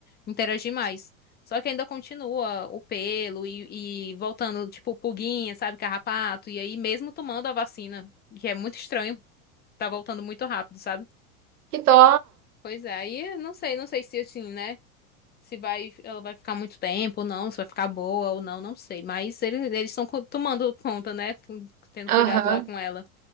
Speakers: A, on the left (about 20°); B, on the right (about 80°).
A: interagir mais. Só que ainda continua o pelo e, e voltando, tipo, pulguinha, sabe, carrapato. E aí, mesmo tomando a vacina, que é muito estranho, tá voltando muito rápido, sabe?
B: Que dó.
A: Pois é, aí eu não sei, não sei se assim, né? Se vai, ela vai ficar muito tempo ou não, se vai ficar boa ou não, não sei. Mas eles, eles estão co- tomando conta, né? com- Tendo
B: Aham.
A: cuidado lá com ela.